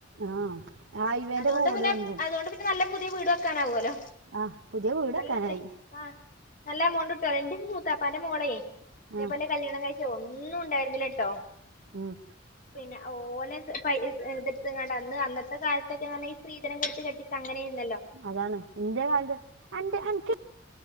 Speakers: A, on the right; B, on the left.
A: ആഹ് ഹൈവേന്റെ
B: അതുകൊണ്ട്
A: റോഡ്
B: പിന്നെ
A: വന്ന്
B: അതുകൊണ്ട് നല്ല പുതിയ വീട് വെക്കാനാവോലോ
A: ആഹ് പുതിയ വീട്
B: നല്ലതെ
A: വെക്കാനായി
B: ആഹ് നല്ല എമൗണ്ട് ഇട്ടോലെ ഇന്റെ മൂത്താപ്പാന്റെ മോളെ ഇതേപോലെ
A: ആഹ്
B: കല്ല്യാണം കഴിച്ച് ഒന്നും ഇണ്ടായിര്ന്നില്ലട്ടോ
A: ഉം
B: പിന്നെ ഓലെ ത് പൈ ഇത് ഇട്ത്ത്കാണ്ട് അന്ന് അന്നത്തെക്കാലത് ഇതൊക്കെന്നർഞ്ഞാ ഈ സ്ത്രീധനം കൊടുത്ത് കെട്ടിച്ച് അങ്ങെനേര്ന്നല്ലോ
A: അതാണ് ഇന്റെ കാലത്ത് അന്റെ അൻക്ക്